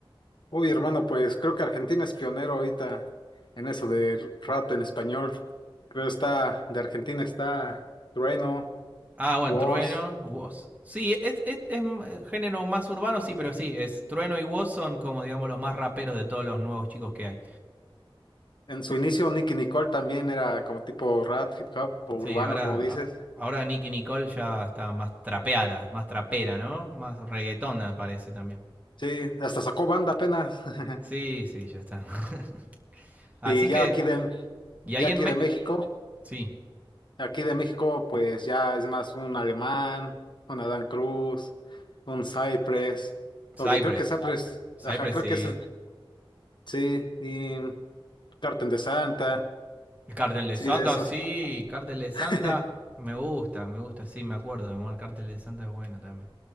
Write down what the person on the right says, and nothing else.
Ah, bueno,
Trueno, Woz. Sí, es, es, es género más urbano, sí, pero sí, es Trueno y Woz son como digamos los más raperos de todos los nuevos chicos que hay.
Sí, ahora,
ahora Nicky Nicole ya está más trapeada, más trapera, ¿no? Más reggaetona parece también.
Sí, sí, ya está. <laughs> Así
que,
y
ahí
en... Me
sí,
Cypress.
Cypress
sí.
El cartel de
Santa,
sí. Cartel de Santa,
me gusta, me gusta, sí, me acuerdo. de- El cartel de Santa es bueno también.